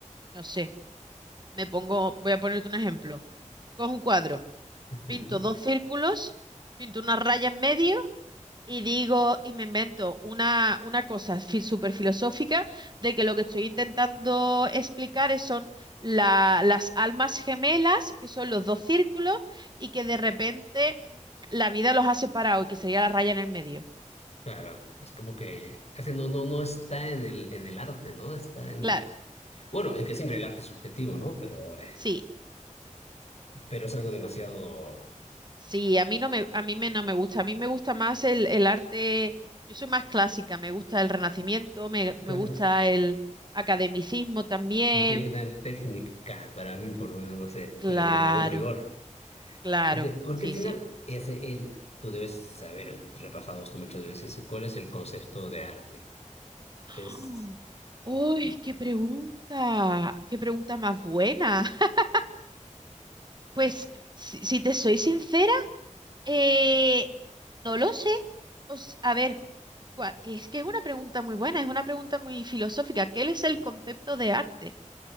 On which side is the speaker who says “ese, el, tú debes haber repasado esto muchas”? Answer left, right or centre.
Left